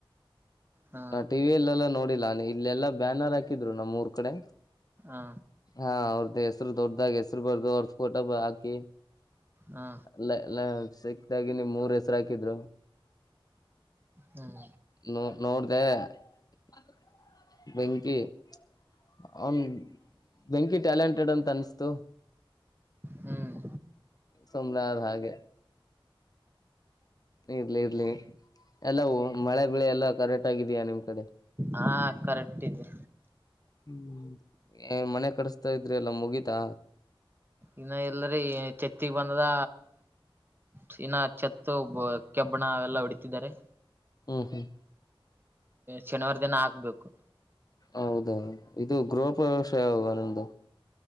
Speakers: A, on the right; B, on the left.
A: ಹಾ
B: ನಾ ಟಿವಿ ಎಲ್ಲೆಲ್ಲಾ ನೋಡ್ ಇಲ್ಲೆಲ್ಲಾ ಬ್ಯಾನರ್ ಹಾಕಿದ್ರು ನಮ್ಮೂರ್ ಕಡೆ.
A: ಹಾ
B: ಹಾ ಅವ್ರ್ದ ಹೆಸ್ರು ದೊಡ್ದಾಗ್ ಹೆಸ್ರು ಬರ್ದು ಅವ್ರ ಫೋಟೋ ಹಾಕ್ <unintelligible>
A: ಹಾ
B: ಅಲ್ಲಲ್ಲ ಸಿಕ್ದಾಗಿ ನೀಮ್ ಮೂರ್ ಹೆಸರು ಹಾಕಿದ್ರು
A: ಹ್ಮ್
B: <unintelligible> ನೋ ಏ <unintelligible> ಬೆಂಕಿ <unintelligible> ಅವನ್ ಬೆಂಕಿ ಟ್ಯಾಲೆಂಟೆಡ್ ಅಂತ ಅನ್ಸ್ತು.
A: ಹ್ಮ್
B: ಸುಮನಾ ಅದ್ ಹಾಗೆ. ಇರ್ಲಿ ಇರ್ಲಿ ಎಲ್ಲವು ಮಳೆ ಬೆಳೆ ಎಲ್ಲಾ ಕರೆಕ್ಟ್ ಆಗಿದಯಾ ನಿಮ್ ಕಡೆ
A: ಹಾ ಕರೆಕ್ಟ್ ಇದೆ
B: <unintelligible> ಏನ್ ಮನೆ ಕಡಸ್ತಾ ಇದ್ರಿ. ಎಲ್ಲ ಮುಗಿತಾ.
A: ಇನ್ನ ಎಲ್ರಿ ಚೆತ್ತಗ್ ಬಂದದ. ಸಿನ ಚತ್ <unintelligible> <unintelligible> ಕೆಬ್ಬಣ ಅವೆಲ್ಲ ಹೊಡಿತಿದ್ದಾರೆ.
B: ಹ್ಮ್ ಹ್ಮ್
A: ಶನಿವಾರ ದಿನ ಆಗ್ಬೇಕು.
B: ಹೌದ ಇದು ಗೃಹಪ್ರವೆಷ ಯಾವಾಗ ನಿಮ್ದು.